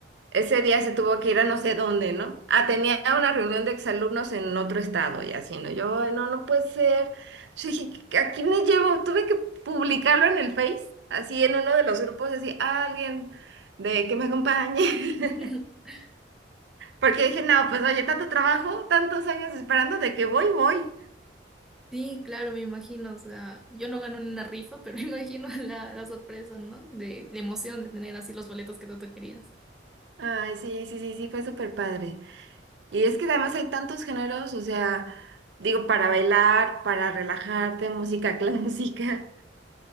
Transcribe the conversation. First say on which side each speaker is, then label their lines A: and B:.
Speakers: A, on the right; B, in the centre.
A: ese día se tuvo que ir a no sé dónde, ¿no? Ah, tenía una reunión de exalumnos en otro estado y así, ¿no? Yo, "Ay, no, no puede ser. Yo dije, ¿a quién me llevo? Tuve que publicarlo en el Face, así en uno de los grupos, así, "Ah, alguien de que me acompañe.
B: <laughs>
A: <laughs> Porque dije, no, pues oye, tanto trabajo, tantos años esperando de que voy, voy.
B: Sí, claro, me imagino, o sea, yo no gano en una rifa, pero <laughs> imagino la, la sorpresa, ¿no? De, de emoción de tener así los boletos que tanto querías.
A: Ay, sí, sí, sí, sí, fue súper padre. Y es que además hay tantos géneros, o sea, digo, para bailar, para relajarte, música <laughs> clásica.